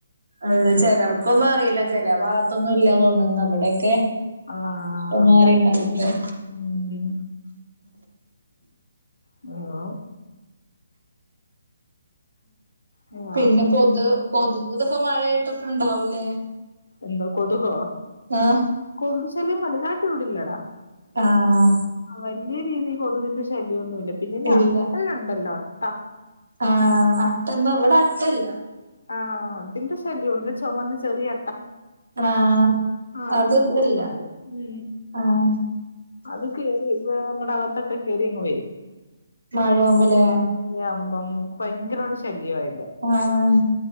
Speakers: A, on the right; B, on the left.
A: അതെ ചിലർക്കൊന്നും അറിയില്ല ചില ഭാഗത്തൊന്നും ഇല്ല തോന്നണ് ഇവിടെക്കെ
B: ആ
A: ഇപ്പൊ മാറിയിണ്ടാന്ന്
B: അതായിരിക്കും
A: നോക്കിയെ
B: ഉം ഹലോ <unintelligible>
A: പിന്നെ
B: ആ
A: കൊതു കൊതുകു ഇതൊക്കെ മഴ ആയിട്ടിപ്പ ഇണ്ടാവൂലേ
B: എന്തോ കൊതുകോ
A: ആഹ്
B: കൊതുകു ശല്യം വലുതായിട്ട് ഇവിടില്ലടാ
A: ആഹ്
B: ആ വലിയ രീതി കൊതുകിന്റെ ശല്യ ഒന്നും ഇല്ല പിന്നെല്ല
A: ഇല്ല
B: അട്ട ഉണ്ടല്ലോ അട്ട
A: ആഹ് അട്ടന്താ ഇവിടെ അട്ടല്ല
B: ആഹ് അതിന്റെ ശല്യം ഉണ്ട് ചുമന്ന് ചെറിയട്ട
A: ആഹ്
B: ആഹ് അതിന്
A: അത് ഇവിടില്ല
B: ശല്യണ്ട് ഉ
A: ആഹ്
B: അത് കേയറി ഇപ്പ നന്മടെ അകത്തൊക്കെ കേയറി അങ്ങ് വരും
A: മഴ ആവുമ്പ അല്ലേ
B: അതെ മഴയാമ്പും ഭയങ്കരമായിട്ട് ശല്യമായില്ല
A: ആഹ്